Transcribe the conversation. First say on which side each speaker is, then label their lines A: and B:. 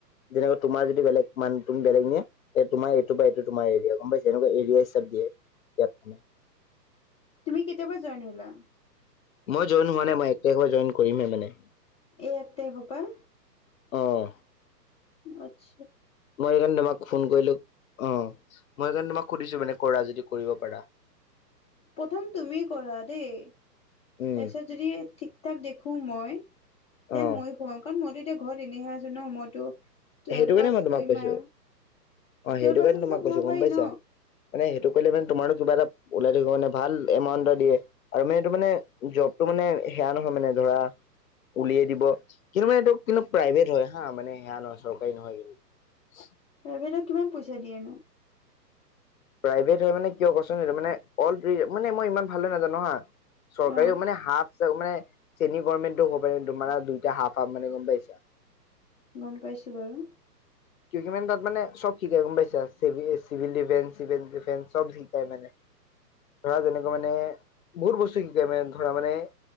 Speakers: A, on the left (about 55°); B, on the left (about 20°).
A: যেনেকৈ তোমাৰ যদি বেলেগ মান তুমি বেলেগ নিয়ে তোমাৰ এইটো পা এইটো তোমাৰ এৰিয়া, গম পাইছে? এনেকুৱা এৰিয়া হিচাপ দিয়ে ইয়াত মানে।
B: তুমি কেতিয়া পা জইন হলা?
A: মই জইন হোৱা নাই মই এক তাৰিখৰ পৰা জইন কৰিমহে মানে।
B: এই এক তাৰিখৰ পৰা?
A: অহ।
B: আচ্ছ
A: মই সেইকাৰণে তোমাক ফোন কৰিলো। অহ মই সেইকাৰণে তোমাক সুধিছো মানে কৰা যদি কৰিব পাৰা।
B: প্ৰথম তুমি কৰা দেই,
A: উম
B: তাৰপিছত যদি থিক থাক দেখোঁ মই দেন
A: অ
B: মইও সোমাম কাৰণ মইটো এতিয়া ঘৰত এনেহে আছো ন মইতো টুৱেলভ
A: সেইটো কাৰণে
B: পাছ
A: মই তোমাক
B: কৰিমে
A: কৈছো, অ
B: টুৱেলভ
A: সেইটো
B: পাছৰ
A: কাৰণে
B: পিছত
A: তোমাক
B: সোমাব
A: কৈছো গম
B: পাৰি
A: পাইছা?
B: ন
A: মানে সেইটো কৰিলে মানে তোমাৰো কিবা এটা ওলাই থাকিব মানে ভাল এমাউণ্ট এটা দিয়ে। আৰু মানে এইটো মানে জবটো মানে সেয়া নহয় মানে ধৰা উলিয়াই দিব, কিন্তু মানে এইটো কিন্তু প্ৰাইভেট হয় হা মানে সেয়া নহয় চব কাৰী নহয় কিন্তু।
B: প্ৰাইভেটত কিমান পইচা দিয়ে নো?
A: প্ৰাইভেট হয় মানে কিয় কচোন সেইটো মানে ৱৰ্ল্ড ত্ৰি মানে মই ইমান ভালদৰে নাজানো হা চৰকাৰীও
B: অ'
A: মানে হাফ মানে চেনি গোৰমেন্তটো হব পাৰ দু মাৰা দুই টা হাফ হাফ মানে গম পাইছা।
B: গম পাইছো বাৰু।
A: কিয় কিমান মানে তাত মানে চব শিকাই গম পাইছা চিভিল ডিফেন্স চিভেল ডিফেন্স চব শিকাই মানে ধৰা তেনেকুৱা মানে বহুত বস্তু শিকাই মানে ধৰা মানে